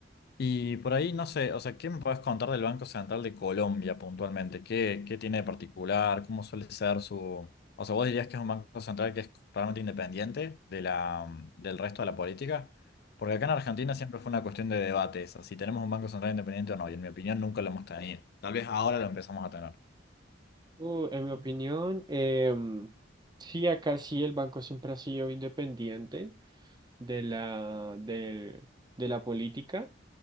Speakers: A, on the left (about 55°); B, on the right (about 25°).
A: Y por ahí, no sé, o sea, ¿qué me puedes contar del Banco Central de Colombia puntualmente? ¿Qué, qué tiene de particular? ¿Cómo suele ser su... O sea, ¿vos dirías que es un banco central que es realmente independiente de la, mm, del resto de la política? Porque acá en Argentina siempre fue una cuestión de debate esa, si tenemos un banco central independiente o no, y en mi opinión nunca lo hemos tenido. Tal vez ahora lo empezamos a tener.
B: Uh, en mi opinión, em, sí, acá sí el banco siempre ha sido independiente de la, del- de la política,